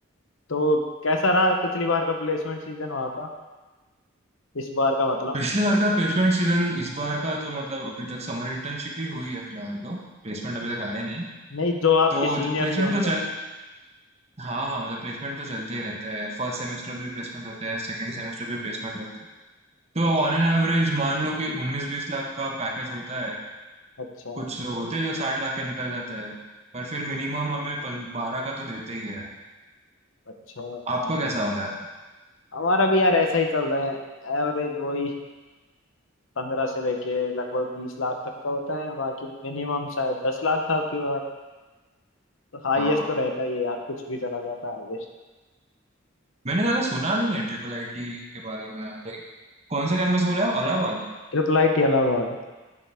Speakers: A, on the left; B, on the right.
A: तो कैसा रहा पिछली बार का प्लेसमेंट सीजन वहाँ इस बार का
B: <clears throat>
A: मतलब
B: पिछले बार का प्लेसमेंट सीजन इस बार का तो मतलब अभी तक समर इंटर्नशिप ही हुई है फिलहाल तो प्लेसमेंट अभी तक आया नहीं
A: नहीं जो आपके
B: तो
A: सीनियर्स
B: प्लेसमेंट
A: थे उनका
B: तो चल हाँ हाँ मतलब प्लेसमेंट तो चलते ही रहते हैं फर्स्ट सेमेस्टर भी प्लेसमेंट होते हैं सेकंड सेमेस्टर भी प्लेसमेंट होते हैं तो ऑन एन एवरेज मान लो कि उन्नीस बीस लाख का पैकेज होता है
A: अच्छा
B: कुछ लोग होते हैं जो साठ लाख के निकल जाते हैं पर फिर मिनिमम हमें पन, बारह का तो देते ही है
A: अच्छा
B: आपका कैसा हाल है
A: हमारा भी यार ऐसा ही चल रहा है एवरेज वही पंद्रह से लेके लगभग बीस लाख तक का होता है बाकी मिनिमम शायद दस लाख था आपकी बार तो हाईएस्ट
B: हाँ
A: तो रहता ही है यार कुछ भी चला जाता है highest
B: मैंने ज्यादा सुना नहीं है ट्रिपल आईटी के बारे में लाइक कौन सा कैंपस बोले आप इलाहाबाद
A: Triple I T Allahabad